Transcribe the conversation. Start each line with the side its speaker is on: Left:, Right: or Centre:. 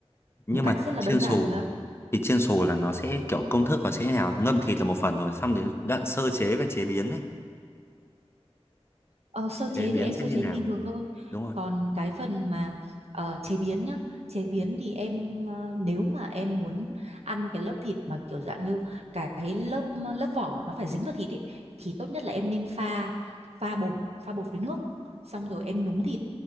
Left: nhưng
Right: một cách
Left: mà
Right: rất
Left: thịt
Right: là
Left: chiên
Right: đơn
Left: xù
Right: giản thôi á
Left: thịt chiên xù là nó sẽ kiểu công thức nó sẽ như nào ngâm thịt là một phần rồi xong đến đoạn sơ chế và chế biến ấy
Right: Ờ, sơ chế
Left: chế biến
Right: thì em
Left: sẽ
Right: sơ
Left: như
Right: chế
Left: nào
Right: như bình thường thôi.
Left: đúng rồi
Right: Còn cái phần mà ờ, chế biến nhá, chế biến thì em ờ, nếu mà em muốn ăn cái lớp thịt mà kiểu dạng như cái lớp ờ, lớp vỏ nó phải dính vào thịt ấy thì tốt nhất là em nên pha pha bột, pha bột với nước xong rồi em nhúng thịt.